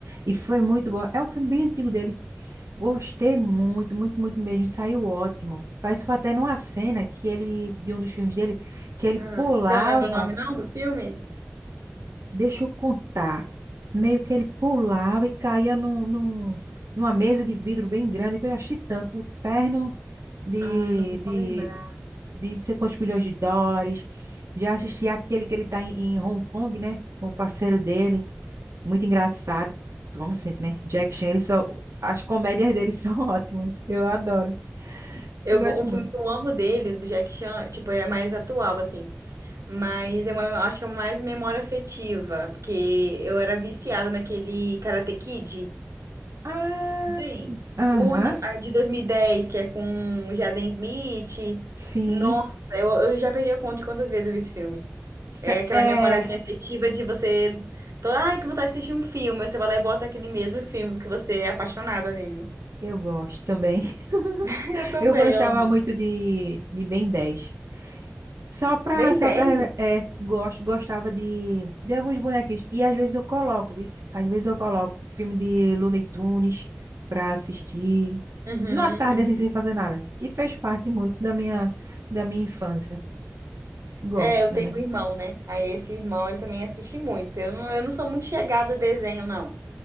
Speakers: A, on the right; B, on the right.
A: E foi muito bom. É um filme bem antigo dele. Gostei muito, muito, muito mesmo. Saiu ótimo. Parece que foi até numa cena que ele, de um dos filmes dele, que ele
B: Ah,
A: pulava,
B: você não lembra o nome não do filme?
A: deixa eu contar, meio que ele pulava e caía no, no- numa mesa de vidro bem grande, que eu já achei tanto. O terno de,
B: Ah, eu não
A: de,
B: vou lembrar.
A: de não sei quantos milhões de dólares. Já assisti aquele que ele tá em, em Hong Kong, né? Com o parceiro dele. Muito engraçado, como sempre, né? Jack Chan, ele só, as comédias dele <laughs> são ótimas. Eu adoro.
B: Eu,
A: Eu gosto
B: go- um filme
A: muito.
B: que eu amo dele, do Jack Chan, tipo, é mais atual, assim. Mas é uma, acho que é mais memória afetiva, porque eu era viciada naquele Karate Kid.
A: Ah,
B: Não tem?
A: aham,
B: O último, ah, de 2010, que é com o Jaden Smith.
A: sim.
B: Nossa, eu, eu já perdi a conta de quantas vezes eu vi esse filme.
A: Se-
B: É aquela
A: É,
B: memória afetiva de você... tô, Ai, que vontade de assistir um filme. aí Você vai lá e bota aquele mesmo filme, porque você é apaixonada nele.
A: eu gosto também. <laughs>
B: <laughs> Eu também
A: Eu gostava
B: amo.
A: muito de, de Ben 10. Só pra,
B: Bem
A: só
B: 10?
A: pra, reve- é, gosto, gostava de, de alguns bonequinhos. E às vezes eu coloco, viu? Às vezes eu coloco filme de Looney Tunes pra assistir.
B: Uhum,
A: Numa tarde assim,
B: uhum.
A: sem fazer nada. Que fez parte muito da minha, da minha infância. Gosto
B: É, eu
A: também,
B: tenho um irmão, né? Aí esse irmão, ele também assiste muito. Eu não, eu não sou muito chegada a desenho, não.